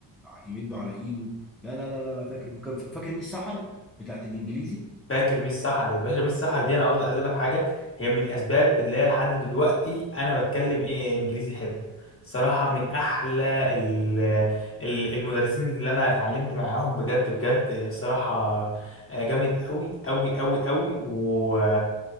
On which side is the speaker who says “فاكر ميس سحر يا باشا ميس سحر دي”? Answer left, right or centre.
Left